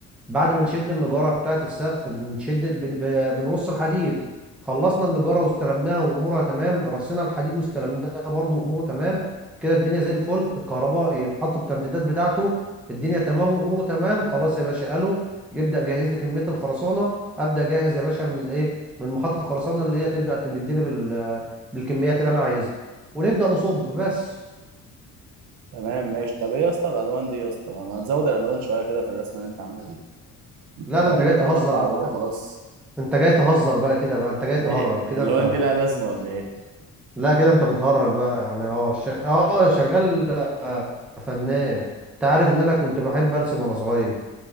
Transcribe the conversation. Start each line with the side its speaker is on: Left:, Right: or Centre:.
Centre: بعد ما نشد النجارة بتاعة السقف بنشد ال... بن... ب- بنرص الحديد خلصنا النجارة واستلمناها وأمورها تمام رصينا الحديد واستلمناها برضو وأموره تمام كده الدنيا زي الفل الكهربائي حط التمديدات بتاعته الدنيا تمام وأموره تمام خلاص يا باشا قالوا يبدأ جهز لي كمية الخرسانة أبدأ جاهز يا باشا من الإيه من محطة الخرسانة اللي هي تبدأ تمدني بال... بالكميات اللي أنا عايزها ونبدأ نصب بس
Right: تمام ماشي طب ايه يا اسطى الالوان دي يا اسطى ما تزود الالوان شويه كده في الرسمه اللي انت عاملها دي انت
Centre: لا
Right: شغال
Centre: ده أنت جاي
Right: لي بتلات
Centre: تهزر
Right: اربع
Centre: بقى
Right: الوان وخلاص
Centre: أنت جاي تهزر بقى كده بقى أنت جاي
Right: ليه
Centre: تهرج
Right: هي
Centre: كده
Right: الالوان
Centre: أنت
Right: دي لها لازمه ولا ايه
Centre: لا كده انت بتهرج بقى يعني اه ش... اه شغال آه، فنان انت عارف ان انا كنت بحب ارسم وانا صغير